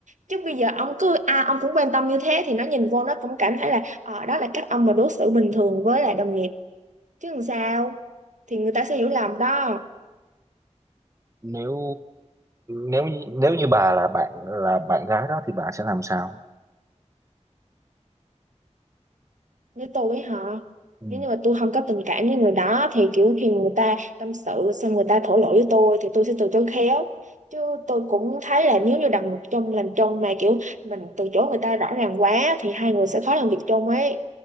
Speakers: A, on the right (about 85°); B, on the right (about 25°).
A: chứ bây giờ ông cứ à ông cũng quan tâm như thế thì nó nhìn vô nó cũng cảm thấy là ờ đó là cách ông mà đối xử bình thường với lại đồng nghiệp chứ làm sao thì người ta sẽ hiểu lầm đó
B: nếu nếu như- nếu như bà là bạn là bạn gái đó thì bà sẽ làm sao
A: nếu tôi với họ
B: ừ.
A: nếu như mà tôi không có tình cảm với người đó thì kiểu khi người ta tâm sự xong người ta thổ lộ với tôi thì tôi sẽ từ chối khéo chứ tôi cũng thấy là nếu như đồng nghiệp chung làm chung mà kiểu mình từ chối người ta rõ ràng quá thì hai người sẽ khó làm việc chung ấy